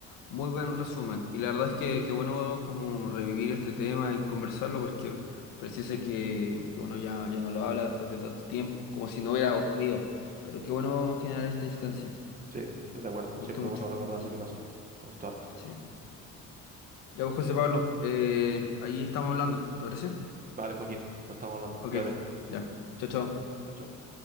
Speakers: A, on the left; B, on the right.
A: muy buen resumen. Y la verdad es que, que bueno como revivir este tema y conversarlo porque pareciese que, que uno ya, ya no lo habla después de tanto tiempo, como si no hubiera ocurrido. Pero qué bueno generar esta instancia.
B: Sí, estoy de acuerdo.
A: Me
B: Siempre
A: gusta mucho.
B: es bueno recordar
A: Sí,
B: lo que pasó. Me gustó harto.
A: sí. Ya pues, José Pablo, eh, ahí estamos hablando, ¿te parece?
B: Vale, Joaquín, nos estamos hablando.
A: Ok,
B: Cuídate.
A: ya. Chao, chao.
B: Chao. chao.